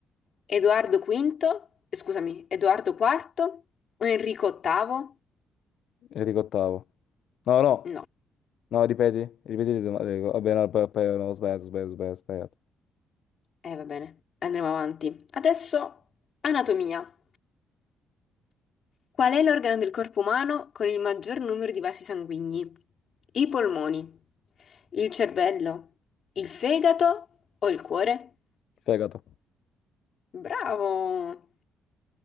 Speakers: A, on the left; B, on the left.
A: Edoardo V, scusami, Edoardo IV o Enrico VIII?
B: Enrico ottavo. No, no,
A: No,
B: no, ripeti, ripeti, le domande. vabbè, no, poi, poi, no, sbaglio, sbaglio, sbaglio, sbaglio.
A: eh, va bene, andremo avanti. Adesso anatomia. Qual è l'organo del corpo umano con il maggior numero di vasi sanguigni? I polmoni, il cervello, il fegato o il cuore?
B: Fegato.
A: Bravo!